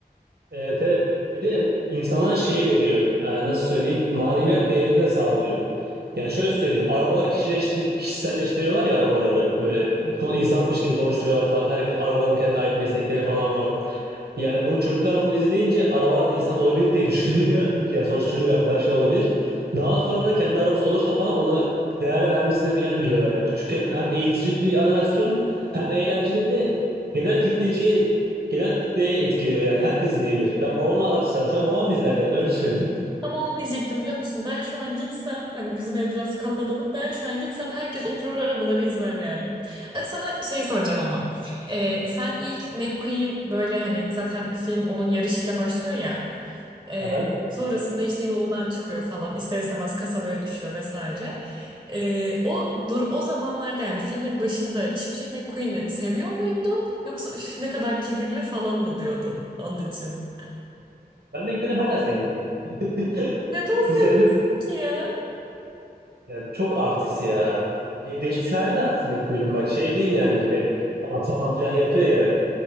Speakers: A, on the right; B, on the right.
A: Evet evet. Bir de insana şey veriyor. e, nasıl söyleyeyim? Maneviyat değerini de sağlıyor. Yani şöyle söyleyeyim. Arabaları kişileştir kişiselleştiriyorlar ya arabaları. Böyle ko- insanmış gibi konuşturuyorlar falan. Herkes arabaların kendine ait meslekleri falan var. Yani bu çocuklar bunu izleyince arabalar da insan olabilir diye düşünüyor. <laughs> Yani sonuçta çocuk aklı her şey olabilir. Daha sonra da kendi arabası olursa falan ona değer vermesini falan biliyorlar. Yani küçükken hem eğitici bir animasyon hem eğlenceli bir de genel kitleciyi genel kitleyi etkiliyor yani herkes izleyebilir. Ben babama açsam şu an babam da izler yani öyle söyleyeyim.
B: Tam onu diyecektim biliyor musun? Ben şu an gitsem hani bizim ev biraz kalabalık. Ben şu an gitsem herkes oturur arabaları izler yani. E, Sana şey soracağım ama. E, sen ilk McQueen böyle hani zaten film onun yarışıyla başlıyor ya. E,
A: Aha.
B: sonrasında işte yoldan çıkıyor falan. ister istemez kasabaya düşüyor vesaire. E, o dur o zamanlarda yani filmin başında Şimşek McQueen'i seviyor muydun? Yoksa "Üf, ne kadar kibirli falan mı diyordun onun için?
A: Ben McQueen'i hala sevmiyorum. <laughs>
B: Neden seviyorsun
A: Bu sayılır.
B: ki ya?
A: Ya çok artist ya. Ya Değişmiş hali de artist McQueen'in. Bak şey değil yani. Be, falan filan yapıyor ya.